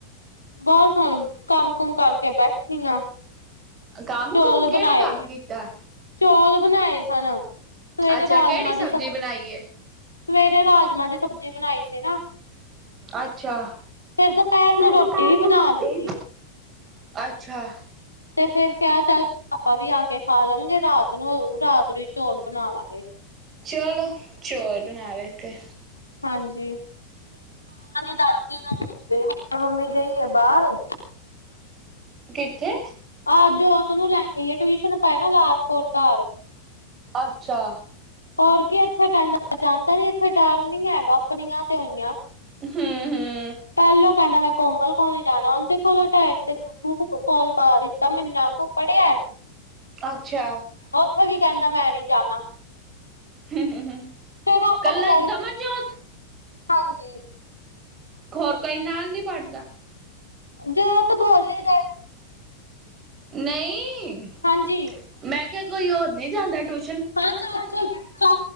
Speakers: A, on the left; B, on the right.
A: ਬਹੁਤ ਹੁਣ ਕੰਮ ਕੁਮ ਕਰਕੇ ਬੈਠੀ ਆ।
B: ਕੰਮ
A: ਚੌਲ
B: ਕੁਮ ਕਿਹੜਾ
A: ਬਣਾਏ
B: ਕੰਮ ਕੀਤਾ
A: ਚੌਲ ਬਣਾਏ ਸਨ। ਸਵੇਰੇ
B: ਅੱਛਾ
A: ਰਾਜਮਾਂ
B: ਕਿਹੜੀ ਸਬਜ਼ੀ
A: ਦੀ ਸਬ
B: ਬਣਾਈ ਏ?
A: ਸਵੇਰੇ ਰਾਜਮਾਂ ਦੀ ਸਬਜ਼ੀ ਬਣਾਈ ਸੀ, ਨਾ
B: ਅੱਛਾ।
A: ਫਿਰ ਦੁਪਹਿਰ
B: ਫਿਰ
A: ਨੂੰ ਰੋਟੀ
B: ਦੁਪਹਿਰ
A: ਹੀ
B: ਨੂੰ
A: ਬਣਾ
B: ਰੋਟੀ
A: ਲਿੱਤੀ।
B: ਅੱਛਾ,
A: ਤੇ ਫਿਰ ਕਿਹਾ ਚੱਲ ਆਪਾ ਵੀ ਆ ਕੇ ਖਾ ਲਵਗੇ ਰਾਤ ਨੂੰ ਰਾਤ ਨੂੰ ਚੌਲ ਬਣਾ ਲਾਂਗੇ।
B: ਚਲੋ ਚੋਲ ਬਣਾ ਲਤੇ,
A: ਹਾਂਜੀ, ਦਾਦੀ ਮੰਮੀ ਗਈ ਹੈ ਬਾਹਰ।
B: ਕਿੱਥੇ?
A: ਆਹ ਜੋਤ ਨੂੰ ਲੈ ਗਈ ਆ, ਟਿਊਸ਼ਨ ਪਏ ਨਾ ਲਾਲ ਕੌਰ ਘਰ
B: ਅੱਛਾ,
A: ਹੋਰ ਕੇ ਇੱਥੇ ਕਹਿੰਦਾ ਜਾਂਦਾ ਨੀ, ਇੱਥੇ ਡਰ ਨੀ ਹੈਗਾ ਆਪਣੀਆਂ ਤੇ ਹੋਈਆਂ।
B: ਹੂੰ-ਹੂੰ,
A: ਪਹਿਲੋਂ ਕਹਿੰਦਾ ਮੈਂ ਕੋਮਲ ਕਲ ਜਾਣਾ ਉਹਦੇ ਕੋਲੋਂ ਟਾਈਮ ਤੇ ਪਾ ਦਿੱਤਾ ਮਿਨਾ ਕੁਪੜਿਆ।
B: ਅੱਛਾ,
A: ਉੱਥੇ ਵੀ ਕਹਿੰਦਾ ਮੈਂ ਨੀ ਜਾਣਾ
B: ਹੂੰ-ਹੂੰ-ਹੂੰ,
A: ਫੇਰ ਆਪਾਂ
B: ਕੱਲਾ
A: ਤੇ ਗਏ
B: ਦਮਨਜੋਤ,
A: ਹਾਂਜੀ,
B: ਹੋਰ ਕਈ ਨਾਲ ਨੀ ਬੜਦਾ।
A: ਜੋਤ ਬੋਲਦੇ ਦਾ,
B: ਨਹੀਂ,
A: ਹਾਂਜੀ,
B: ਮੈਂ ਕਿਹਾ ਕੋਈ ਹੋਰ ਨੀ ਜਾਂਦਾ ਟੁ
A: ਹਾਂ ਚਾਚੇ ਚਾ